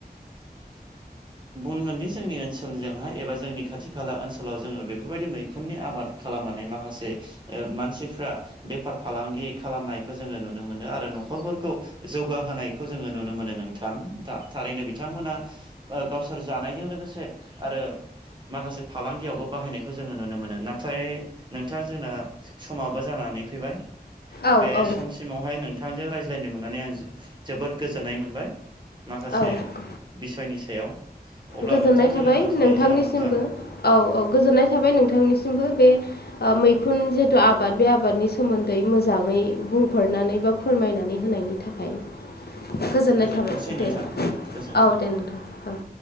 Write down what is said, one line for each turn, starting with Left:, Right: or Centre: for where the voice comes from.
Right: बुंगोनदि जोंनि ओनसोलजोंहाय एबा जोंनि खाथि खाला ओनसोलाव जोङो बेफोरबायदि मैखुननि आबाद खालामनानै माखासे ओ मानसिफ्रा बेफार फालांगि खालामनायखौ जोङो नुनो मोनो आरो न'खरफोरखौ जौगाहोनायखौ जोङो नुनो मोनो नोंथां दा थारैनो बिथांमोना ओ गावसोर जानायजों लोगोसे आरो माखासे फालांगियावबो बाहायनायखौ जोङो नुनो मोनो नाथाय नोंथां जोंना समाबो जानानै फैबाय
Left: औ
Right: बे
Left: औ
Right: समसिमावहाय नों थांजों रायज्लायनो मोननानै आं जोबोद गोजोननाय मोनबाय माखासे
Left: औ
Right: बिसयनि सायाव अब्ला
Left: गोजोननाय
Right: नोंथां
Left: थाबाय
Right: जोङो दोनथ'लायनोसै
Left: नोंथांनिसिमबो
Right: नामा नोंथां?
Left: औ औ गोजोननाय थाबाय नोंथांनिसिमबो बे ओ मैखुन जिहेथु आबाद बे आबादनि सोमोन्दै मोजाङै बुंफोरनानै बा फोरमायनानै होनायनि थाखाय गोजोननाय
Right: गोजोनथोंसै
Left: थाबाय
Right: नोंथां
Left: दे
Right: गोजोन्थों
Left: औ दे नोंथां औ।